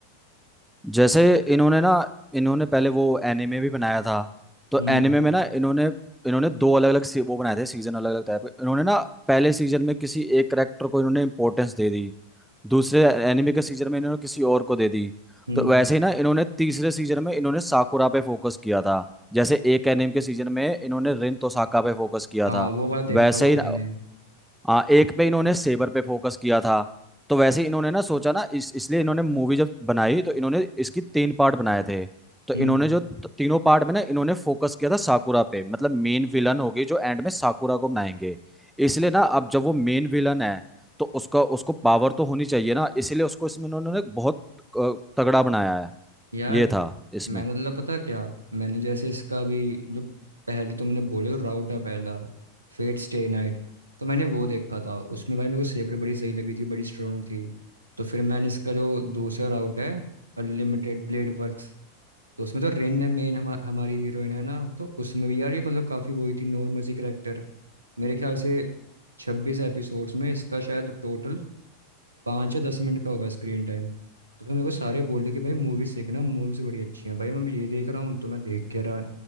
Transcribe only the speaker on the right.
हम्म
हम्म
हाँ
वो वाला देखा
हुआ है
मैंने
हम्म
यार
मैं मतलब पता क्या मैंने जैसे इसका भी जो पहले तुमने बोले राउट है पहला फेट स्टे नाइट तो मैंने वो देखा था उसमें भाई मेरे को सेबर बड़ी सही लगी थी बड़ी स्ट्रांग थी तो फिर मैंने इसका जो दूसरा राउट है अनलिमिटेड ब्लेड वर्क्स तो उसमें तो रेन है मेन हम, हमारी हीरोइन है ना तो उसमें भी यार ये मतलब काफ़ी वही थी नॉर्मल सी करेक्टर मेरे ख्याल से छब्बीस एपिसोड्स में इसका शायद टोटल पाँच या दस मिनट का होगा स्क्रीन टाइम तो फिर मेरे को सारे बोले कि भाई मूवीज देखना मूवीज बड़ी अच्छी हैं भाई मैं ये देख रहा हूँ तो मैं देख के रहा